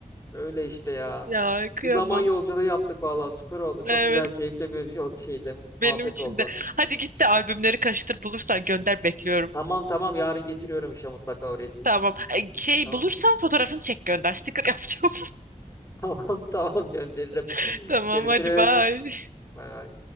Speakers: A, on the left; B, on the right.
A: öyle işte ya.
B: Ya kıyamam.
A: Bir zaman yolculuğu yaptık vallahi süper oldu. Çok
B: Evet.
A: güzel, keyifli bir yol- şeydi,
B: Benim
A: muhabbet
B: için
A: oldu.
B: de. Hadi git de albümleri karıştır bulursan gönder bekliyorum.
A: Tamam tamam yarın getiriyorum işte mutlaka o resmi.
B: Tamam. Ay, Şey
A: Tamam.
B: bulursan fotoğrafını çek gönder. Sticker yapacağım.
A: <laughs> Tamam tamam gönderirim.
B: <laughs> Tamam
A: Görüşürüz.
B: hadi bye.
A: Bay bay.